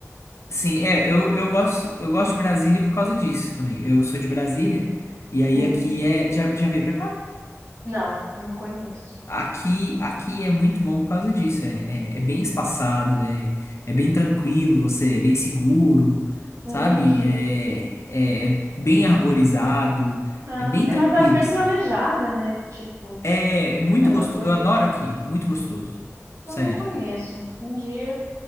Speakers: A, on the left; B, on the right.
A: Sim, é, eu, eu gosto, eu gosto de Brasília por causa disso também. Eu sou de Brasília e aí
B: Hum,
A: aqui é, já, já veio pra cá?
B: não, não conheço.
A: Aqui, aqui é muito bom por causa disso. É, é, é bem espaçado, é, é bem tranquilo, você é bem seguro,
B: Entendi.
A: sabe? É, é, é bem arborizado,
B: Ah,
A: é bem
B: é
A: tranquilo,
B: uma cidade bem
A: assim.
B: planejada, né? Tipo,
A: É, é muito
B: ela
A: gostoso.
B: foi.
A: Eu adoro aqui, muito gostoso. Sério.
B: Eu não conheço. Um dia,